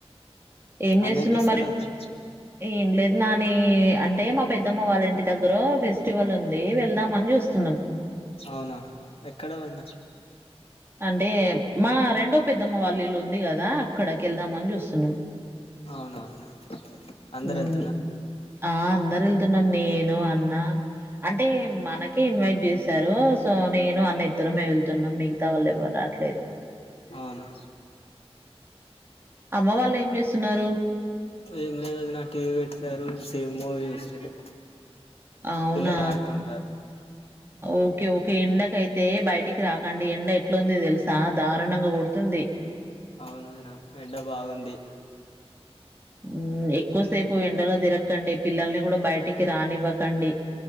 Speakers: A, on the right; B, on the left.
A: ఏం చేస్తున్నావు
B: అన్న చేస్తుండు
A: మరి
B: వదిన
A: ఏం లేదు నాని అంటే మా పెద్దమ్ పో వాళ్ళంటి దగ్గర ఫెస్ ఫెస్టివల్ ఉంది వెళ్దామని చూస్తున్నాం
B: అవునా ఎక్కడ వదిన
A: అంటే మా రెండో పెద్దమ్మ వాళ్ళ ఇల్లు ఉంది కదా అక్కడకి వెళ్దామని చూస్తున్నాం
B: అవునా వదిన అందరు
A: ఉ
B: వెళ్తున్నారు
A: ఆ అందరు వెళ్తున్నాము నేను అన్నా అంటే మనకే ఇన్వైట్ చేశారు సో నేను అన్న ఇద్దరమే వెళ్తున్నాం మిగతా వాళ్ళు ఎవరు రాట్లేరు
B: పన్నా
A: అమ్మ వాళ్ళు ఏం చేస్తున్నారు
B: ఏం లేదు వదినా టీవీ పెట్టారు సేమ్ మూవీ చూస్తుళ్ళు
A: అవునా!
B: పిల్లలు ఆడుకుంటారు
A: ఓకే ఓకే ఎండకయితే బయటికి రాకండి ఎండ ఎట్లుంది తెలుసా దారుణంగా కుడుతుంది
B: అవును వదినా ఎండ బాగుంది
A: హ్మ్ ఎక్కువసేపు ఎండలో తిరక్ అండి పిల్లల్ని కూడా బయటికి రానివ్వకండి